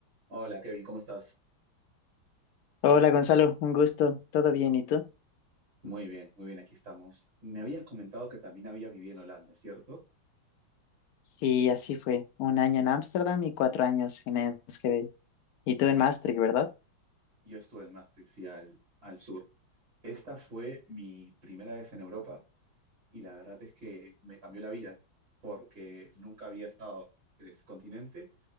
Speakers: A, on the right; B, on the left.
A: Hola Kevin, ¿cómo estás?
B: Hola Gonzalo, un gusto. ¿Todo bien? ¿Y tú?
A: Muy bien, muy bien, aquí estamos. Me habías comentado que también había vivido en Holanda, ¿cierto?
B: Sí, así fue. Un año en Ámsterdam y cuatro años en Enschede. Y tú en Maastricht, ¿verdad?
A: Yo estuve en Maastricht, sí, al, al sur. Esta fue mi primera vez en Europa y la verdad es que me cambió la vida porque nunca había estado en ese continente